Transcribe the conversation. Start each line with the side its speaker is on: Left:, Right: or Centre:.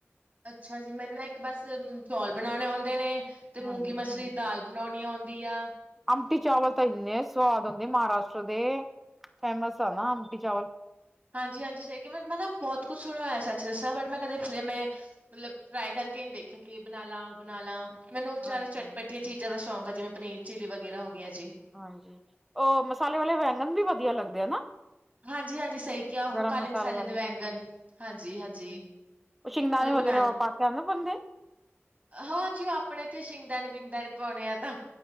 Right: ਅੱਛਾ ਜੀ। ਮੈਨੂੰ ਨਾ ਇੱਕ ਬਸ ਚੌਲ ਬਣਾਉਣੇ ਆਉਂਦੇ ਨੇ ਤੇ
Centre: ਹਾਂਜੀ।
Right: ਮੂੰਗੀ ਮਸਰੀ। ਦਾਲ ਬਣਾਉਣੀ ਆਉਂਦੀ ਆ।
Centre: ਅਮਟੀ ਚਾਵਲ ਤਾਂ ਇਨੇ ਸੋਆਦ ਹੁੰਦੇ ਮਹਾਰਾਸ਼ਟਰ ਦੇ ਫੇਮਸ ਆ ਨਾ ਅਮਟੀ ਚਾਵਲ।
Right: ਹਾਂਜੀ ਹਾਂਜੀ ਸਹੀ ਕਿਹਾ ਮੈਂ ਮੈਂ ਨਾ ਬੋਤ ਕੁਛ ਸੁਣਿਆ ਹੋਇਆ ਸੱਚ ਦੱਸਾਂ ਬਟ ਮੈਂ ਕਦੇ ਮੇਂ। ਮਤਲਬ ਟਰਾਈ ਕਰਕੇ ਨੀ ਦੇਖਿਆ ਕਿ ਏਹ ਬਣਾ ਲਾ ਓ ਬਣਾ ਲਾ। ਮੈਨੂੰ
Centre: ਹਾਂਜੀ।
Right: ਚਾਰਾ ਚਟਪੱਟੀਆਂ ਚੀਜ਼ਾਂ ਦਾ ਸ਼ੌਂਕ ਆ ਜਿਵੇਂ ਪਨੀਰ ਚਿੱਲੀ ਵਗੈਰਾ ਹੋ ਗੀਆਂ ਜੇ।
Centre: ਹਾਂਜੀ। ਓ ਮਸਾਲੇ ਵਾਲੇ ਵੈਗਨ ਵੀ ਵਧੀਆ ਲੱਗਦੇ ਆ ਨਾ।
Right: ਹਾਂਜੀ ਹਾਂਜੀ ਸਹੀ ਕਿਹਾ ਔ
Centre: ਗਰਮ
Right: ਕਾਲੇ ਮਸਾਲੇ
Centre: ਵਾਲੇ
Right: ਦੇ ਵੈਗਣ। ਹਾਂਜੀ ਹਾਂਜੀ।
Centre: ਸ਼ਿੰਗਦਾਣੇ
Right: ਉਹੀ
Centre: ਵਗਰੇਰਾ
Right: ਬਣਾ ਲ
Centre: ਵ ਪਾ ਕੇਆ ਨਾ ਬੰਦੇ।
Right: ਹਾਂਜੀ ਓ ਅਪਣੇ ਤੇ ਸ਼ਿੰਗਦਾਨੇ ਬਿੰਗਦਾਨੇ ਪਾਉਣੇ ਆ ਤਾਂ।